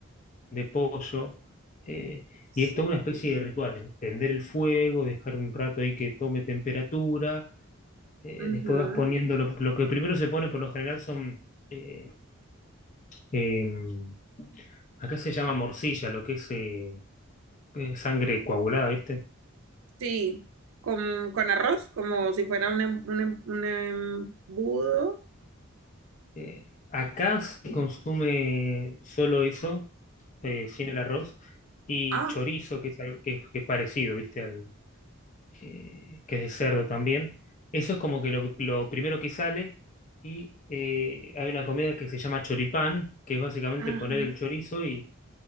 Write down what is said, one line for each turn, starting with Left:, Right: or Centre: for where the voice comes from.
Left: de pollo. eh,
Right: Sí.
Left: y es toda una especie de ritual, encender el fuego, dejar un rato ahí que tome temperatura. eh,
Right: Ujú.
Left: después vas poniendo, lo, lo que primero se pone por lo general son, eh, em, acá se llama morcilla, lo que es eh, eh, sangre coagulada, ¿viste?
Right: Sí, con, con arroz, como si fuera un, em- un, em- un embudo.
Left: Eh, acá se consume solo eso, eh, sin el arroz, y
Right: Ah,
Left: chorizo, que es, al- que es- que es parecido, ¿viste? Al, eh, que es de cerdo también. Eso es como que lo, lo primero que sale. Y eh, hay una comida que se llama choripán, que es básicamente
Right: ajá.
Left: poner el chorizo y